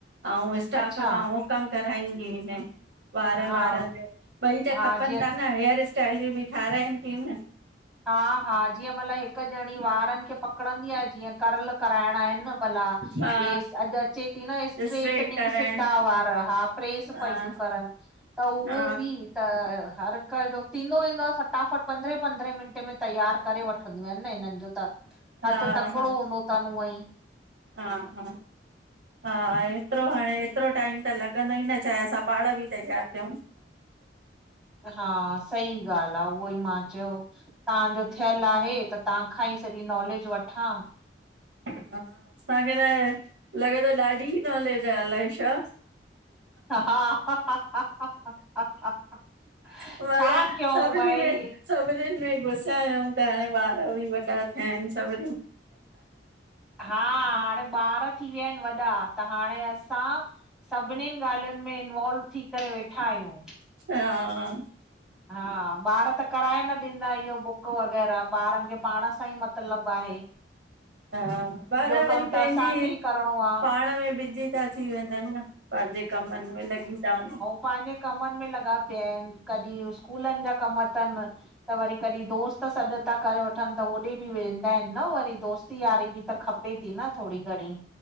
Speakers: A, on the right (about 70°); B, in the centre.
A: ऐं स्टाफ
B: अच्छा
A: खां उहो कम कराइंगी हिन वारनि
B: हा
A: वारनि जो ॿई त
B: हा
A: खपनि
B: जीअं
A: था न हेयर स्टाइलूं बि ठाराइनि थियूं न
B: हा हा जीअं मतलब हिक ॼणी वारनि खे पकड़ंदी आहे जीअं करल कराइणा आहिन न भला।
A: हा
B: अॼु अचे थी न स्ट्रेटनिंग
A: स्ट्रेट कराइण
B: सिधा वारा हा प्रेस
A: हा
B: पई थिय करनि। त उहो
A: हा
B: बि त हर हिक थींदो ईेंदो आहे फटाफट पंद्रहें पंद्रहें मिनंट। तयार करे वठंदियूं आहिन न हिननि जो त
A: हा
B: हथ तकिड़ो
A: हा
B: हूंदो थनि उअं ई।
A: हा हा हा एतिरो हाणे एतिरो टाइम त लॻंदो ई न चाहे असां पाण बि तयारु थियूं।
B: हा सही ॻाल्ह आ उहो ई मां चयो तव्हांजो थियल आहे त तव्हां खां ई। इअ नॉलेज वठां।
A: हा असांखे त लॻे थो ॾाढी नॉलेज आहे अलाएशा।
B: हा हााााा हा
A: मतलब
B: छा कयूं
A: सभिनी
B: भई।
A: में सभिनीनि में गुसा आहियूं त हाणे ॿार बि वॾा थिया आहिन। सभ
B: हा हाणे ॿार थी वया आहिन वॾा त हाणे असां सभनीन ॻाल्हियून में इनवालव थी। करे वेठा आहियूं।
A: हा
B: हा ॿार त कराए न ॾींदा इहो बुक वग़ैरह ॿारनि खे पाण सां ई मतलबु आहे।
A: हा
B: इहो
A: ॿार वरी
B: कमु त
A: पंहिंजी
B: असांखे ई करिणो आहे
A: पाण में बिजीी। थी वेंदा आहिन न पंहिंजे कमनि में लॻी था वञनि।
B: पाहिंजे कमनि में लॻा पिया आहिन कॾहिं स्कूलनि जा कम त वरी कॾहिं दोस्त सॾु था करे वठनि त होओॾे बि वेंदा आहिन न वरी दोस्त यारी बि त खपे थी न थोरी घणीं